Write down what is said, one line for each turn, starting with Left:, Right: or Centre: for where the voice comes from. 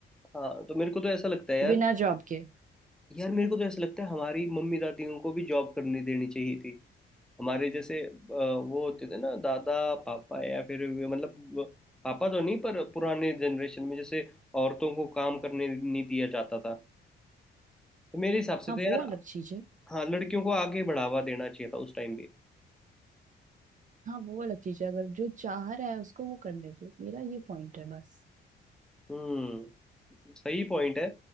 Centre: हाँ तो मेरे को तो ऐसा लगता है यार
Right: बिना जॉब के
Centre: यार मेरे को तो ऐसा लगता है हमारी मम्मी दादियों को भी जॉब करने देनी चाहिए थी हमारे जैसे अ, वो होते थे ना दादा पापा या फिर वे- मतलब वो- पापा तो नहीं पर पुराने जनरेशन में जैसे औरतों को काम करने नहीं दिया जाता था तो मेरे हिसाब से
Right: हाँ
Centre: तो यार
Right: वो अलग चीज है
Centre: हाँ लड़कियों को आगे बढ़ावा देना चाहिए था उस टाइम भी
Right: हाँ वो अलग चीज है अगर जो चाह रहा है उसको वो करने दो मेरा ये पॉइंट है बस
Centre: हम्म सही पॉइंट है